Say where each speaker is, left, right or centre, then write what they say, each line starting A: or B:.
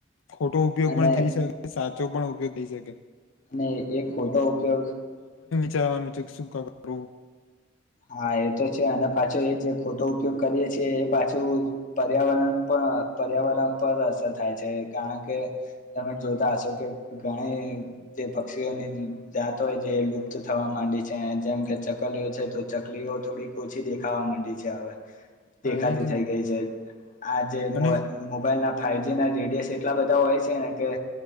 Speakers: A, on the left (about 80°); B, on the left (about 40°).
A: ખોટો ઉપયોગ
B: અને
A: પણ થઈ શકે સા ચો પણ ઉપયોગ થઈ શકે.
B: અને એક ખોટો ઉપયોગ
A: ચારન વિ એક સુકા કરો.
B: હા એ તો છે અને પાછો એ જે ખોટો ઉપયોગ કરીએ છે એ પાછું પર્યાવરણ પર પર્યાવરણ પર અસર થાય છે કારણ કે તમે જોતા હશો કે ઘણી જે પક્ષીઓની જાત હોય જે લુપ્ત થવા માંડી છે જેમ કે ચકલીઓ છે. ચકલીઓ થોડી ઓછી દેખાવા માંડી છે હવે.
A: હા
B: દેખાતી
A: એજ
B: થઈ
A: ને
B: ગઈ છે આ જે
A: અને
B: મોબાઈલ ના ફાઈવજી ના રેડયો સટ ટલા બધા હોય છે ને કે